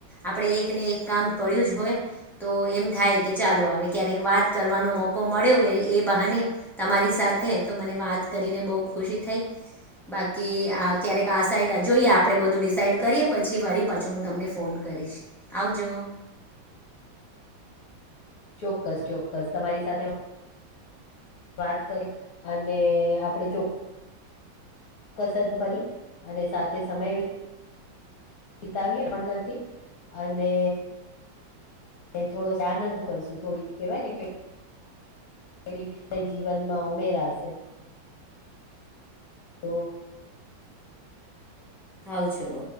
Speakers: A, in the centre; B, on the left.
A: આપણે એક ને એક કામ પડ્યું જ હોય. તો એમ થાય કે ચાલો આવે ક્યારેક વાત કરવાનો મોકો મળ્યો એ એ બહાને. તમારી સાથે તો મને વાત કરીને બહુ ખુશી થઈ. બાકી આ ક્યારેક આ સાઈડ જોઈએ આપ. આપણે બધું ડિસાઇડ કરીએ પછી વારી પાછું હું તમને ફોન કરીશ આવજો.
B: ચોક્કસ ચોક્કસ તમારી સાથે. વાત કરી અને આપડ ચો કસર ફરી અને સાથે સમય. વિતાવીએ પણ નથી અને એ થોડો આનંદ કરશું થોડીક કહેવાય ને કે. પેલી જીવનમાં ઉમેરાશે. તો
A: આવાજો.